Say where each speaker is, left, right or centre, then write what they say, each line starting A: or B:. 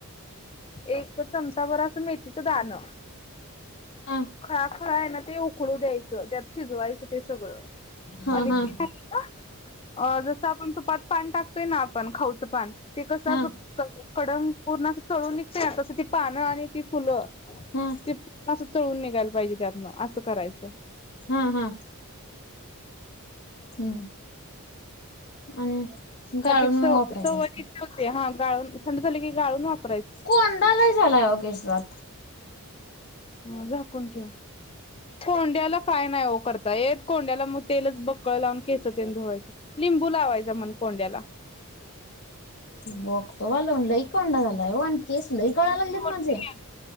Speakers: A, on the left; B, on the left.
A: एक चमचा बर अस मेथीचं दान अ
B: हा
A: खळाखळा आहे ना ते उकळू द्यायचं, त्यात शिजवायचं ते सगळं
B: हा
A: आणि
B: हा
A: त्यात अ जसं आपण तूपात पान टाकतोय ना, आपण खाऊचं पान ते कसं
B: हा
A: असं कडंग पूर्ण अस तळून निघतय, ना तस ती पानं आणि ती फुलं
B: हा
A: ती पूर्ण तळून निघायला पाहिजे, त्यातनं असं करायचं
B: हा हा. हम्म आणि
A: कार्तिक
B: गाळून
A: <unintelligible>
B: मग वापराय गेला
A: होते हा गाळून थंड झाले की गाळून वापरायचं
B: कोंडा लई झालाय आव केसात
A: हो झाकून ठेव. कोंड्याला काय नाही ओ करता येत? कोंड्याला मग तेलच बक्कळ लावून केसं तेन धुवायची लिंबू लावायचा म्हण कोंड्याला
B: मस् <inaudible> बघतो बा लावून लई कोंड झाला ओ केस लई गळाय लागल्यात
A: कोटियन
B: माझे